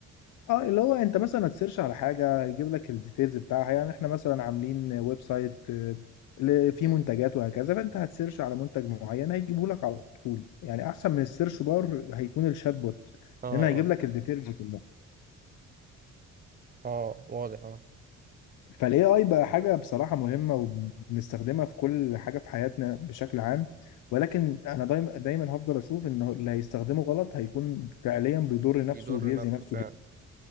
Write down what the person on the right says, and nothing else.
اه
اه
اه واضح اه
يضر
نفسه
فعلا